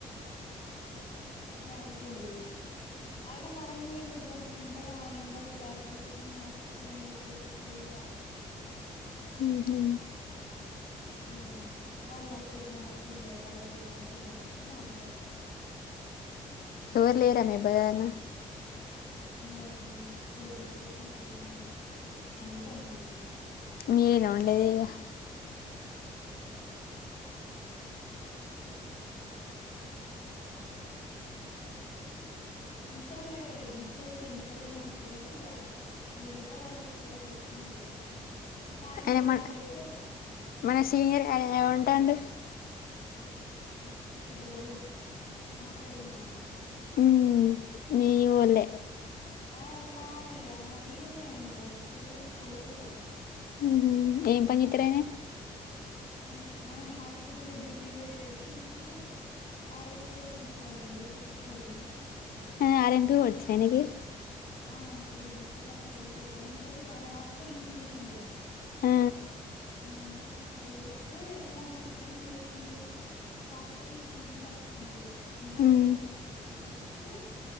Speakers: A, on the left; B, on the left.
A: క్లారిటీ లేదు అయిన మన మేమెందుకు కనుకుంటాం ఆమె నెంబర్ బ్లాక్ జేసినం మాకు ఫోన్ లో స్టేటస్లు ఏం రావ్.
B: ఉహు
A: ఆ వాళ్ళ పెద్నాన్న పిల్ల వాళ్ళ పెద్దమ్మ పిల్లలతోటే మాట్లాడుతున్నారు.
B: ఎవరు లేరా మీ బదానా
A: బారనా ఇప్పుడు ఎవరు లేరు మధ్యాహ్నం అందరు పని పొయండు
B: మీరా ఉండేది ఇగ
A: ఉంటరులే ముసలోళు ఇంట్లలోనే ఉంటారు గానీ ఇగ ఎవరింట్లో వాళ్ళే కూలర్లేసుకొని కూసుంటరు సాయంత్రం
B: ఆయన మన
A: నాలుగైతే,
B: మన సీనియర్ <inaudible> ఏమంటాండు
A: <inaudible> ఎవరు మా సైడున్నాయన
B: ఉమ్ మీ వోలే
A: ఆ మ మామయ్య ఆ ఈన్నే ఉండాడు ఆయనకి పెళ్ళైంది కొడుకుగా
B: ఊహూ ఏం పనిత్రరనే
A: ఆయన హాస్పటలో డ్యూటీకి బొయేది ఇప్పుడు ఆరంపిగా తిరుగుతాండు ఊర్లోనే
B: ఆ ఆరెంటు వచ్చనిగి
A: ఆ అటు ముట్ల తండ సైడ్ పోతాండు ఎందుకంటే ఇప్పుడు ఆయన హాస్పిటల్ డ్యూటీ చేసిండు కదా
B: ఆ
A: మ్మ్ అట్ల ఇట్ల చేస్తే ఎమౌంట్ వస్తాయని చేసిండు కాకపోతే ఇప్పుడు ఇల్లు కట్టిండు ఇందిరమ్మిల్లు
B: ఉమ్
A: ఒచ్చింది వస్తే